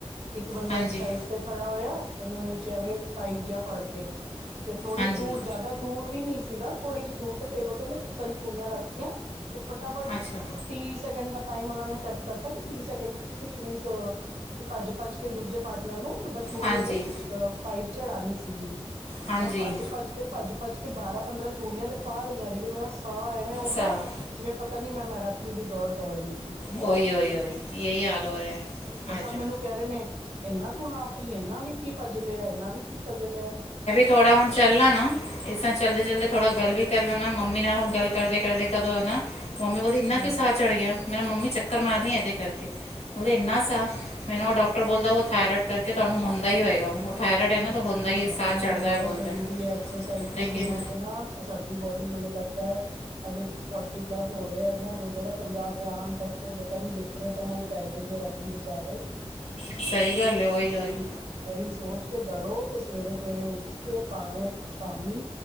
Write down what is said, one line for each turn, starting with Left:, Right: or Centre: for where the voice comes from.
Right: ਇੱਕ ਬੰਦਾ
Left: ਹਾਂਜੀ
Right: ਇੱਕ ਸਾਈਡ ਤੇ ਖੜਾ ਹੋਇਆ ਉਹਨੇ ਮੂੰਹ ਚ ਐਵੇਂ ਪਾਈਪ ਜਿ ਫੜ ਕੇ ਤੇ ਥੋੜੀ
Left: ਹਾਂਜੀ
Right: ਦੂਰ ਜ਼ਿਆਦਾ। ਦੂਰ ਵੀ ਨੀ ਸੀਗਾ ਥੋੜ੍ਹੀ ਜਿਹੀ ਦੂਰ ਤੇ ਟੇਬਲ ਤੋਂ ਉਹ ਖੁਬ ਸਾਰੀ ਚੂੜੀਆਂ ਰੱਖਤੀਆਂ ਤੇ ਫਟਾਫਟ
Left: ਅੱਛਾ
Right: ਤੀਹ ਸੈਕਿੰਡ ਦਾ ਟਾਈਮ ਉਹਨਾਂ ਨੇ ਸੈੱਟ ਕਰਤਾ ਕਿ ਤੀਹ ਸੈਕਿੰਡ ਚ ਤੁਸੀਂ ਕਿੰਨੀ ਸ ਭੱਜ ਭੱਜ ਕੇ ਦੂਜੇ ਪਾਰਟਨਰ ਨੂੰ ਮਤਲਬ ਚੂੜੀ
Left: ਹਾਂਜੀ
Right: ਉਹਦੇ ਅ ਪਾਈਪ ਚੜਾਉਣੀ ਸੀਗੀ।
Left: ਹਾਂਜੀ
Right: ਮੈਂ ਭੱਜ ਭੱਜ ਕੇ ਭੱਜ ਭੱਜ ਕੇ ਬਾਰਾਂ ਪੰਦਰਾਂ ਚੂੜੀਆਂ ਤੇ ਪਾ ਲਈਆਂ ਲੇਕਿਨ ਮੇਰਾ ਸਾਹ ਐਵੇਂ ਹੋ
Left: ਸਾਹ
Right: ਗਿਆ ਜਿਵੇਂ ਪਤਾ ਨੀ ਮੈਂ ਮੈਰਾਥਨ ਦੀ ਦੌੜ ਦੌੜ ਲ
Left: ਓਹੀ ਹੀ ਓਹੀ ਇਹੀ ਹਾਲ ਹੋ ਰਿਹਾ ਹੈ
Right: ਉਹ ਸਭ
Left: ਆ ਜਾ
Right: ਮੈਨੂੰ ਕਹਿ ਰਹੇ ਨੇ ਇਹਨਾ ਤੂੰ ਹਾਫ਼ਰੀਹੀ ਇਹਨਾ ਵੀ ਕੀ ਭੱਜ ਲਿਆ ਇਹਨਾ ਵੀ ਕੀ ਭੱਜ ਲਿਆ।
Left: ਥੋੜ੍ਹਾ ਹੁਣ ਚੱਲ ਲ ਨਾ ਇਸ ਤਰ੍ਹਾਂ ਚੱਲਦੇ ਚੱਲਦੇ ਥੋੜ੍ਹਾ ਗੱਲ ਵੀ ਕਰ ਲੈ ਨਾ ਮੰਮੀ ਨਾਲ ਹੁਣ ਗੱਲ ਕਰਦੇ ਕਰਦੇ ਕਦੋਂ ਹੈ ਨਾ। ਮੰਮੀ ਬੋਲੀ ਇੰਨਾ
Right: ਹਮ,
Left: ਕਿਉਂ ਸਾ ਚੜ੍ਹ ਗਿਆ ਮੇ ਮੰਮੀ ਚੱਕਰ ਮਾਰਨੀ ਆ ਇਹਦੇ ਕਰਕੇ। ਉਹ ਇੰਨਾ ਸਾਂ ਮੈਨੂੰ ਉਹ ਡਾਕਟਰ ਬੋਲਦਾ ਉਹ ਥਾਇਰੋਇਡ ਕਰਕੇ ਤੁਹਾਨੂੰ ਹੁੰਦਾ ਹੀ ਹੋਏਗਾ ਉਹ। ਥਾਇਰਾਇਡ ਹੈ ਨਾ
Right: ਲੇਕਿਨ
Left: ਤਾਂ ਹੁੰਦਾ ਹੀ
Right: ਨਹੀਂ
Left: ਹੈ ਸਾਹ ਚੜਦਾ
Right: ਬਹੁਤ
Left: ਹੈ ਬੋਲਦਾ
Right: ਜ਼ਰੂਰੀ ਹੈ ਐਕਸਰਸਾਈਜ਼
Left: ਲੇਕਿਨ
Right: ਦੇ ਬਿਨਾਂ ਤੇ ਨਾ ਬਸ ਸਾਡੀ ਬੋਡੀ ਮੈਨੂੰ ਲੱਗਦਾ ਹੈ ਅਜੇ ਫੋਰਟੀ ਪਲੱਸ ਹੋ ਰਿਹਾ ਹੈ ਮਤਲਬ ਪੰਜਾ ਤੇ ਆਣ ਤੱਕ ਤੇ ਪਤਾ ਨੀ। ਰੇ ਤ ਨਾ ਹੀ ਪੈ ਜਾਈਏ ਰੱਬ ਹੀ ਬਚਾਵੇ
Left: ਸਹੀ ਗੱਲ ਹੈ ਉਹੀ ਉਹੀ
Right: ਇਹੀ ਇਹੀ ਸੋਚ ਕੇ ਡਰੋ ਤੇ ਸਵੇਰੇ ਸਵੇਰੇ ਉੱਠ ਕੇ ਭਾਵੇਂ ਸ਼ਾਮੀ